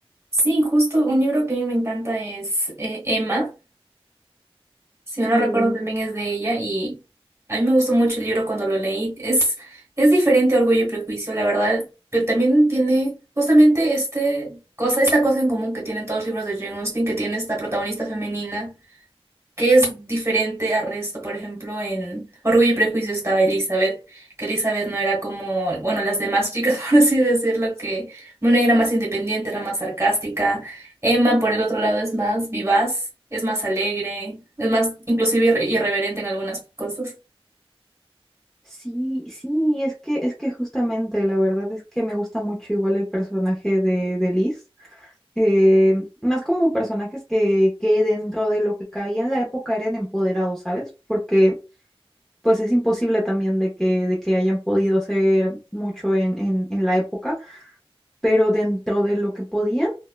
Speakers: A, on the right; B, in the centre.
A: Sí, justo un libro que a mí me encanta es eh, Emma, si no
B: Uh,
A: lo recuerdo también es de ella y a mí me gustó mucho el libro cuando lo leí. Es, es diferente a Orgullo y Prejuicio, la verdad, pero también tiene justamente este cosa, esta cosa en común que tienen todos los libros de Jane Austen, que tiene esta protagonista femenina que es diferente al resto. Por ejemplo, en Orgullo y Prejuicio estaba Elizabeth, que Elizabeth no era como, bueno, las demás chicas, <laughs> por así decirlo, que, bueno, ella era más independiente, era más sarcástica. Emma, por el otro lado, es más vivaz, es más alegre, es más inclusive irre- irreverente en algunas cosas.
B: sí, sí, es que, es que justamente la verdad es que me gusta mucho igual el personaje de, de Liz. eh, más como personajes que, que dentro de lo que cabía en la época eran empoderados, ¿sabes? Porque pues es imposible también de que, de que hayan podido hacer mucho en, en, en la época, pero dentro de lo que podían,